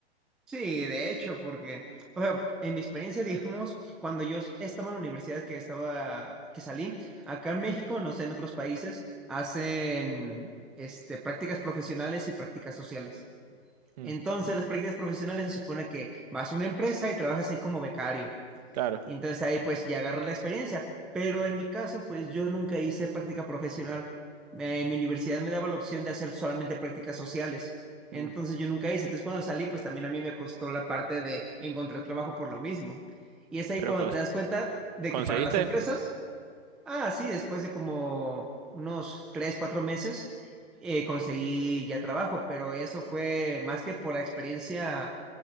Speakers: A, in the centre; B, on the right (about 35°).
A: sí, de hecho, porque, o sea, en mi experiencia, digamos, cuando yo estaba en la universidad que estaba, que salí, acá en México, no sé, en otros países, hacen este, prácticas profesionales y prácticas sociales.
B: Mm,
A: Entonces, las prácticas profesionales se supone que vas a una empresa y trabajas ahí como becario.
B: claro.
A: Y entonces ahí pues ya agarré la experiencia. Pero en mi caso, pues yo nunca hice práctica profesional. Eh, en mi universidad me daba la opción de hacer solamente prácticas sociales. Entonces
B: mm.
A: yo nunca hice. Entonces cuando salí, pues también a mí me costó la parte de encontrar trabajo por lo mismo. Y es ahí
B: Pero
A: cuando
B: cons-
A: te das cuenta de
B: ¿conseguiste?
A: que para las empresas, ah, sí, después de como unos tres, cuatro meses, eh, conseguí ya trabajo, pero eso fue más que por la experiencia